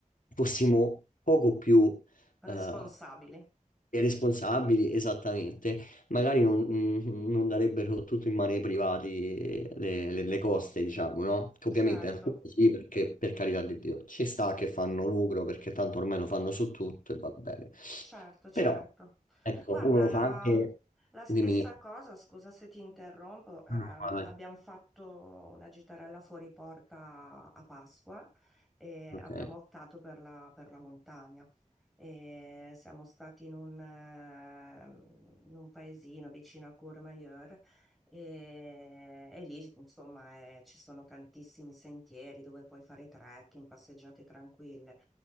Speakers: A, on the left; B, in the centre.
A: fossimo poco più
B: responsabili,
A: eh, responsabili, esattamente, magari non, mm, non darebbero tutto in mano ai privati eh, le, le- le coste, diciamo, no? Che ovviamente
B: certo.
A: alcuni sì, perché per carità di Dio ci sta che fanno lucro perché tanto ormai lo fanno su tutto e va bene.
B: Certo, certo.
A: Però, ecco,
B: Guarda,
A: uno lo
B: la,
A: fa anche
B: la
A: di
B: stessa
A: minimo.
B: cosa, scusa se ti interrompo, ehm,
A: No, no, vai.
B: abbiamo fatto una gitarella fuori porta a Pasqua e
A: Ok.
B: abbiamo optato per la, per la montagna. E siamo stati in un, ehm, in un paesino vicino a Courmayeur e, e lì, insomma, eh, ci sono tantissimi sentieri dove puoi fare trekking, passeggiate tranquille.